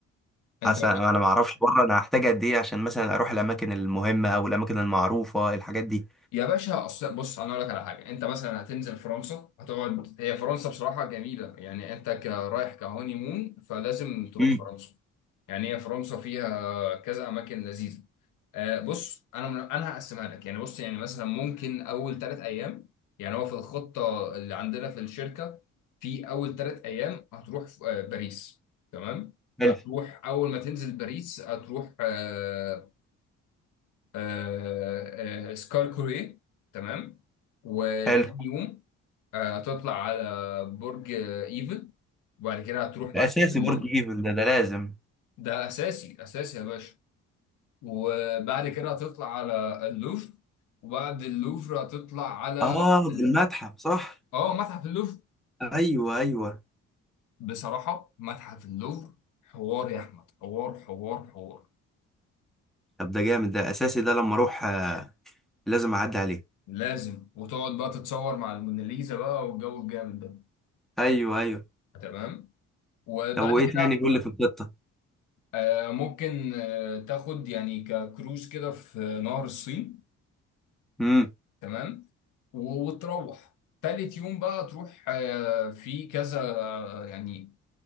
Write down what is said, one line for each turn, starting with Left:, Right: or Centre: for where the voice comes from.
Left: انت
Centre: حسن انا ما اعرفش بره انا هحتاج قد ايه عشان مثلا اروح الاماكن المهمه او الاماكن المعروفه الحاجات دي
Left: يا باشا اصل بص انا اقول لك على حاجه انت مثلا هتنزل فرنسا هتقعد هي فرنسا بصراحه جميله يعني انت كرايح كهوني مون فلازم تروح
Centre: امم
Left: فرنسا يعني هي فرنسا فيها كذا اماكن لذيذه آه، بص انا من... انا هقسمها لك يعني بص يعني مثلا ممكن اول ثلاث ايام يعني هو في الخطه اللي عندنا في الشركه في اول ثلاث ايام هتروح ف- آه، باريس تمام
Centre: حلو
Left: هتروح اول ما تنزل باريس هتروح آه، آه، آه، سكار كوري تمام وتاني
Centre: حلو
Left: يوم آه، هتطلع على برج آه، ايفل وبعد كده هتروح
Centre: ده
Left: متحف
Centre: اساسي
Left: اللوفر
Centre: برج ايفل ده ده لازم
Left: ده اساسي اساسي يا باشا وبعد كده هتطلع على اللوفر وبعد اللوفر هتطلع على
Centre: اه ده المتحف
Left: ال...
Centre: صح
Left: اه متحف اللوفر
Centre: ايوه ايوه
Left: بصراحة متحف اللوفر حوار يا احمد حوار حوار حوار
Centre: طب ده جامد ده اساسي ده لما اروح آه، لازم اعدي عليه
Left: لازم وتقعد بقى تتصور مع الموناليزا بقى والجو الجامد ده
Centre: ايوه ايوه
Left: تمام وبعد
Centre: طب وايه
Left: كده
Centre: تاني يقول لي في الخطه
Left: آه، ممكن آه، تاخد يعني ككروز كده في نهر الصين
Centre: امم
Left: تمام و- وتروح تالت يوم بقى تروح آه، في كذا آه، يعني